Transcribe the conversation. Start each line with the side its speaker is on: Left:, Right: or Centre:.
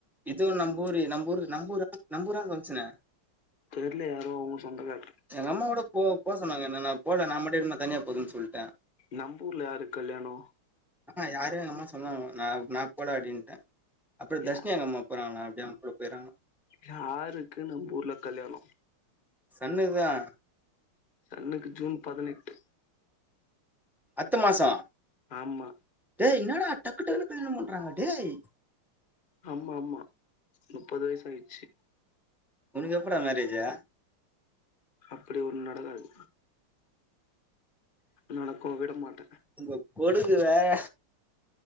Centre: இதுவு நம்ப ஊரு நம்ப ஊர் நம்பூரா நம்பூரா வந்ச்சுனே
Left: தெர்ல யாரோ அவங்க சொந்தக்காரர்
Centre: எங்க அம்மாவோட போ போ சொன்னாங்க என்ன நா போல நா மட்டு இருந்தே தனியா போதுன் சொல்ட்டே
Left: நம்பூர்ல யாருக் கல்யாணோ
Centre: ஆஹ யாரு எங்க அம்மா சொன்னாங்க நா, நா போல அப்டின்டே அப்டிய தர்ஷினி
Left: யா
Centre: அங்க அம்மா போறாங்களா அப்டியே அவுங் கூட போய்றாங்களா
Left: யாருக்கு நம்பூர்ல கல்யாணோ
Centre: சன்னுதான்
Left: சன்னுக்கு ஜூன் பதினெட்டு
Centre: அத்த மாசோ
Left: ஆமா
Centre: டேய் என்னாடா டக்குடக்குன்னு கல்யாணோ பண்றாங்க டேய்
Left: ஆமா ஆமா முப்பது வயசு ஆய்ச்சு
Centre: உனக்கு எப்படா மேரேஜா
Left: அப்டி ஒன்னு நடக்காது நடக்கவு விட மாட்டே
Centre: உங்க கொடுக்கு வேற